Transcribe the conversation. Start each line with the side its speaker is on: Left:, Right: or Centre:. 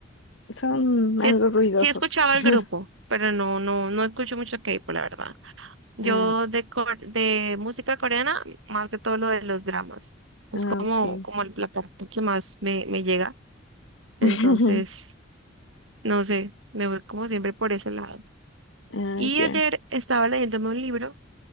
Left: son
Right: Sí,
Left: algo
Right: es,
Left: ruidosos.
Right: sí escuchaba
Left: <laughs>
Right: el grupo, pero no, no, no escucho mucho K-pop, la verdad. Yo
Left: Ah,
Right: de, cor- de música coreana, más que todo lo de los dramas. Es
Left: ok. Ah,
Right: como,
Left: ok.
Right: como la parte que más me, me llega. Entonces,
Left: <laughs>
Right: no sé, me voy como siempre por ese lado.
Left: Ah,
Right: Y
Left: ya,
Right: ayer estaba leyéndome un libro